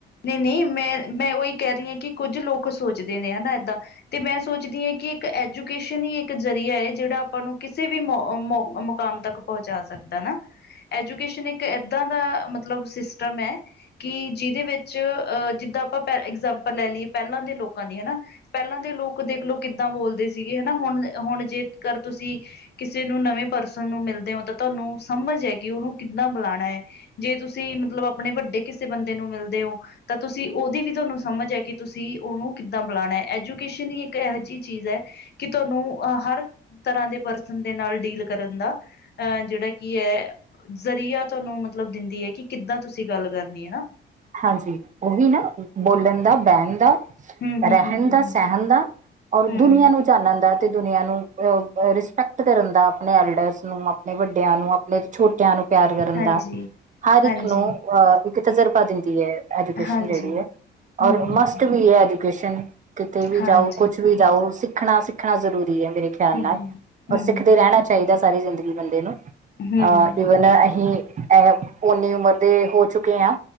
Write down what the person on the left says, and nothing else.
ਕਿ ਨਹੀਂ ਮੈਂ -ਮੈਂ ਉਹੀ ਕਹਿ ਰਹੀ ਹਾਂ ਕਿ ਕੁੱਝ ਲੋਕ ਸੋਚਦੇ ਨੇ ਹਨਾ ਇਏਦਾਂ। ਤੇ ਮੈਂ ਸੋਚਦੀ ਹਾਂ ਕਿ ਇੱਕ ਐਜੂਕੇਸ਼ਨ ਹੀ ਇੱਕ ਜਰੀਆ। ਜਿਹੜਾ ਆਪਾਂ ਨੂੰ ਕਿਸੇ ਵੀ ਮੋ ਮੁਕਾਮ ਤੱਕ ਪਹੁੰਚਾ ਸਕਦਾ ਨਾ ਐਜੂਕੇਸ਼ਨ ਇੱਕ ਇੱਦਾਂ ਦਾ ਮਤਲਬ ਸਿਸਟਮ ਹੈ। ਕਿ ਜਿਹਦੇ ਵਿੱਚ ਅਹ ਜਿੱਦਾਂ ਆਪਾਂ ਪ ਇਗਜਾਮਪਲ ਲੈ ਲਈਏ। ਪਹਿਲਾਂ ਦੇ ਲੋਕਾਂ ਦੀ ਹਨਾ ਪਹਿਲਾਂ ਦੇ ਲੋਕ ਦੇਖਲੋ ਕਿੱਦਾਂ ਬੋਲਦੇ ਸੀਗੇ ਹਨਾ। ਹੁਣ ਹੁਣ ਜੇਕਰ ਤੁਸੀਂ ਕਿਸੇ ਨੂੰ ਨਵੇਂ ਪਰਸਨ ਨੂੰ ਮਿਲਦੇ ਹੋ ਤਾਂ ਤੁਹਾਨੂੰ ਸਮਝ ਹੈ ਕਿ ਉਹਨੂੰ ਕਿੱਦਾਂ ਬੁਲਾਉਣਾ ਏ। ਜੇ ਤੁਸੀਂ ਮਤਲਬ ਆਪਣੇ ਵੱਡੇ ਕਿਸੇ ਬੰਦੇ ਨੂੰ ਮਿਲਦੇ ਹੋ। ਤਾਂ ਤੁਸੀਂ ਉਹਦੀ ਵੀ ਤੁਹਾਨੂੰ ਸਮਝ ਹੈ ਕਿ ਤੁਸੀਂ ਉਹਨੂੰ ਕਿੱਦਾਂ ਬੁਲਾਉਣਾ। ਐਜੂਕੇਸ਼ਨ ਹੀ ਇੱਕ ਇਹੋ ਜਿਹੀ ਚੀਜ਼ ਹੈ। ਕਿ ਤੁਹਾਨੂੰ ਹਰ ਤਰ੍ਹਾਂ ਦੇ ਪਰਸਨ ਦੇ ਨਾਲ ਡੀਲ ਕਰਨ ਦਾ ਅਹ ਜਿਹੜਾ ਕੀ ਏ ਜ਼ਰੀਆ ਤੁਹਾਨੂੰ ਮਤਲਬ ਦਿੰਦੀ ਏ। ਕਿ ਕਿੱਦਾਂ ਤੁਸੀਂ ਗੱਲ ਕਰਨੀ ਹੈਨਾ?
ਹਮ ਹਮ
ਹਮ ਹਮ
ਹਮ
ਹਾਂਜੀ
ਹਾਂਜੀ
ਹਾਂਜੀ
ਹਮ
ਹਮ ਹਮ
ਹਾਂਜੀ
ਹਮ
ਹਮ ਹਮ
ਹਮ ਹਮ